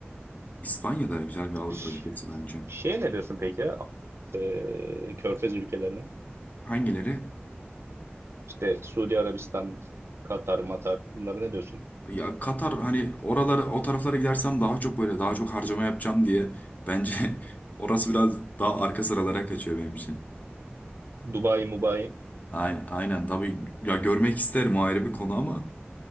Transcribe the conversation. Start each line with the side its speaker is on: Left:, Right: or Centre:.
Left: İspanya da güzel bir Avrupa
Right: Ş-
Left: ülkesi bence.
Right: Şey ne diyorsun peki? ya? E, Körfez ülkelerine.
Left: Hangileri?
Right: İşte Suudi Arabistan, Katar, Matar bunlara ne diyorsun?
Left: Ya Katar hani oralara o taraflara gidersem daha çok böyle daha çok harcama yapacağım diye bence <laughs> orası biraz daha arka sıralara kaçıyor benim için.
Right: Dubai, Mubai.
Left: Aynen, aynen tabii ya görmek isterim o ayrı bir konu ama